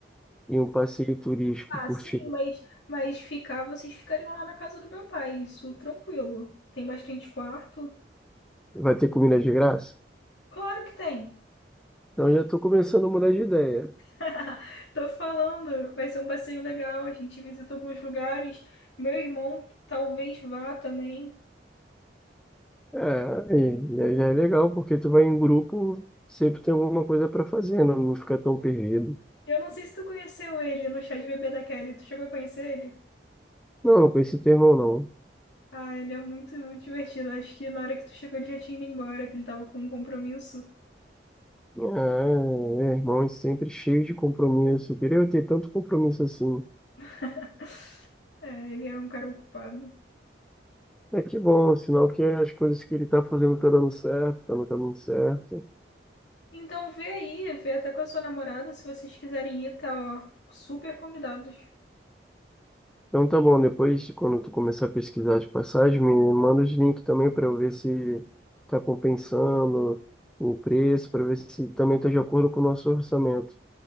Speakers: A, in the centre; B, on the left (about 80°).
A: e um passeio turístico,
B: Ah,
A: curtir.
B: sim, mas, mas ficar, vocês ficariam lá na casa do meu pai, isso tranquilo. Tem bastante quarto?
A: Vai ter comida de graça?
B: Claro que tem.
A: Então já estou começando a mudar de ideia.
B: <laughs> Tô falando, vai ser um passeio legal, a gente visita alguns lugares. Meu irmão talvez vá também.
A: É, e, e aí já é legal, porque tu vai em grupo, sempre tem alguma coisa para fazer, não, não fica tão perdido.
B: Eu não sei se tu conheceu ele no chá de bebê da Kelly, tu chegou a conhecer ele?
A: Não, não conheci teu irmão, não.
B: Ah, ele é muito, muito divertido. Acho que na hora que tu chegou ele já tinha ido embora, que ele tava com um compromisso.
A: Ah, é, irmão, é sempre cheio de compromisso. Queria eu queria ter tanto compromisso assim.
B: <laughs> É, ele é um cara ocupado.
A: É que bom, sinal que as coisas que ele tá fazendo tá dando certo, tá no caminho certo.
B: Então vê aí, vê até com a sua namorada, se vocês quiserem ir, tá, ó, super convidados.
A: Então tá bom, depois, quando tu começar a pesquisar de passagem, me manda os links também para eu ver se tá compensando o preço, para ver se também tá de acordo com o nosso orçamento.